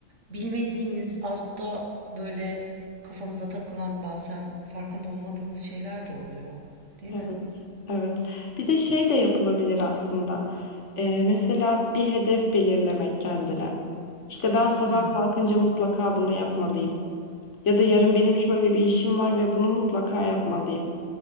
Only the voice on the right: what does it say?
bilmediğimiz altta böyle kafamıza takılan bazen farkında olmadığımız şeyler de oluyor. Değil
mi?
Hmm,